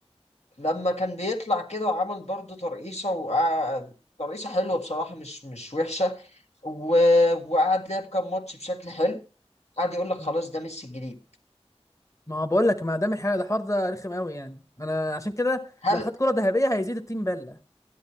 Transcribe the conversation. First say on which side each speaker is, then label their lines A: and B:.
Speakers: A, on the left; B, on the left.
A: لما كان بيطلع كده وعمل برضو ترقيصه وقعد ترقيصه حلوه بصراحه مش مش وحشه و... وقعد لعب كام ماتش بشكل حلو قعد يقول لك
B: مم.
A: خلاص ده ميسي الجديد
B: ما هو بقول لك ما دام الحاجه ده الحوار ده رخم قوي يعني انا عشان كده
A: هل
B: لو خد كره ذهبيه هيزيد التيم بله